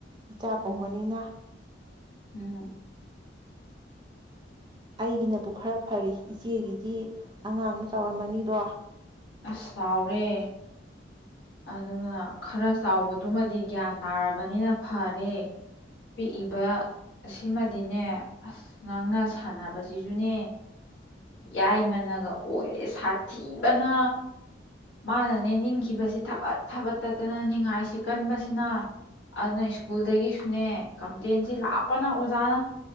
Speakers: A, on the right; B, on the left.
A: ꯏꯆꯥ
B: ꯎꯝ
A: ꯀꯧꯕꯅꯤꯅ
B: ꯎꯝ
A: ꯑꯩꯒꯤꯅꯕꯨ ꯈꯔ ꯐꯔꯤ ꯏꯆꯦꯒꯤꯗꯤ ꯑꯉꯥꯡꯅ ꯆꯥꯎꯔꯝꯃꯅꯤꯗꯣ
B: ꯑꯁ ꯆꯥꯎꯔꯦ ꯑꯗꯨꯅ ꯈꯔ ꯆꯥꯎꯕꯗꯨꯃꯗꯤ ꯒ꯭ꯌꯥꯟ ꯇꯥꯔꯕꯅꯤꯅ ꯐꯔꯦ ꯄꯤꯛꯏꯕ ꯁꯤꯃꯗꯤꯅꯦ ꯑꯁ ꯉꯥꯡꯅ ꯁꯥꯟꯅꯕꯁꯤꯁꯨꯅꯦ ꯌꯥꯏꯃꯅꯒ ꯑꯣꯏꯔꯦ ꯁꯥꯊꯤꯕꯅ ꯃꯥꯅꯅꯦ ꯅꯤꯡꯈꯤꯕꯁꯤ ꯊꯕꯠ ꯊꯕꯠ ꯇꯠꯇꯅ ꯅꯤꯡꯉꯥꯏꯁꯤ ꯀꯟꯕꯁꯤꯅ ꯑꯗꯨꯅ ꯁ꯭ꯀꯨꯜꯗꯒꯤꯁꯨꯅꯦ ꯀꯝꯄ꯭ꯂꯦꯟꯁꯤ ꯂꯥꯞꯄꯅ ꯑꯣꯖꯥꯅ